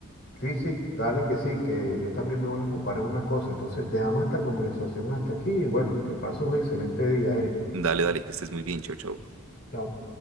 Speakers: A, on the left (about 50°); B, on the right (about 70°).
A: Sí, sí, dale que sí, que yo también me voy a ocupar en unas cosas. Entonces, dejamos esta conversación hasta aquí y bueno, que pase un excelente día, Eric.
B: Dale, dale, que estés muy bien, chao, chao.
A: Chao.